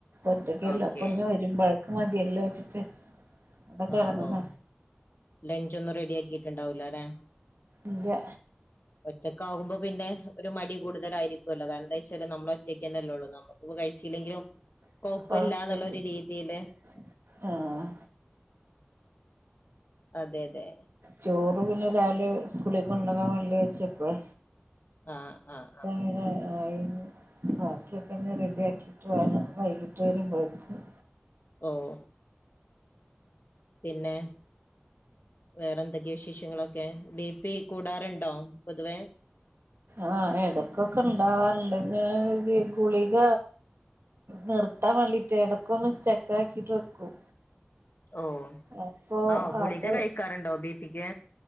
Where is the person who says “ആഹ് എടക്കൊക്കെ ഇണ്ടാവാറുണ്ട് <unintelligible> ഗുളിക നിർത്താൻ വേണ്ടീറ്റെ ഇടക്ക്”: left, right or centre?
Right